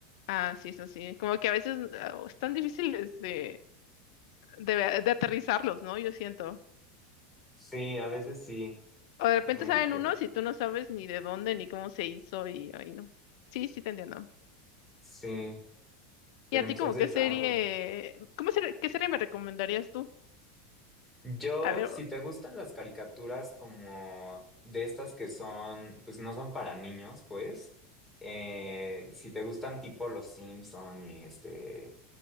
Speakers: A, on the left; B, in the centre.
A: Ah, sí, eso sí. Como que a veces ah, están difíciles de, de, de aterrizarlos, ¿no? Yo siento.
B: Sí, a veces sí,
A: O de repente
B: y como
A: salen
B: que
A: unos y tú no sabes ni de dónde ni cómo se hizo y ahí no. Sí, sí te entiendo.
B: sí, pero
A: ¿Y a
B: entonces,
A: ti como qué serie,
B: arro.
A: cómo ser- qué serie me recomendarías tú?
B: Yo,
A: A ver,
B: si te gustan las caricaturas como de estas que son, pues no son para niños, pues, eh, si te gustan tipo Los Simpson y este,